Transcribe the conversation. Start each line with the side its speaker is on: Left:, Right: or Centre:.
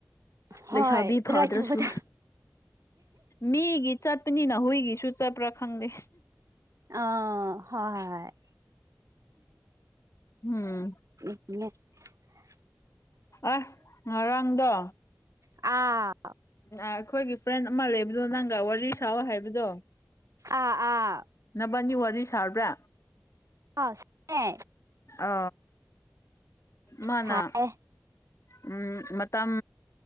Right: ꯍꯣꯏ
Left: ꯂꯩꯁꯥꯕꯤ
Right: ꯑꯗꯨꯃꯥꯏ
Left: ꯐꯥꯗ꯭ꯔꯁꯨ
Right: ꯇꯧꯕꯗ
Left: ꯃꯤꯒꯤ ꯆꯠꯄꯅꯤꯅ ꯍꯨꯏꯒꯤꯁꯨ ꯆꯠꯄ꯭ꯔꯥ ꯈꯪꯗꯦ
Right: ꯑ ꯍꯣꯏ
Left: <inaudible> ꯍꯨꯝ
Right: <unintelligible>
Left: ꯑ ꯉꯔꯥꯡꯗꯣ
Right: ꯑ
Left: ꯑ ꯑꯩꯈꯣꯏꯒꯤ ꯐ꯭ꯔꯦꯟ ꯑꯃ ꯂꯩꯕꯗꯣ ꯅꯪꯒ ꯋꯥꯔꯤ ꯁꯥꯑꯣ ꯍꯩꯕꯗꯣ
Right: ꯑꯥ ꯑꯥ
Left: ꯅꯕꯥꯅꯤ ꯋꯥꯔꯤ ꯁꯥꯔꯕ꯭ꯔꯥ
Right: ꯑꯥꯁ <unintelligible>
Left: ꯑ ꯃꯥꯅ
Right: ꯁꯥꯏꯌꯦ
Left: ꯎꯝ ꯃꯇꯝ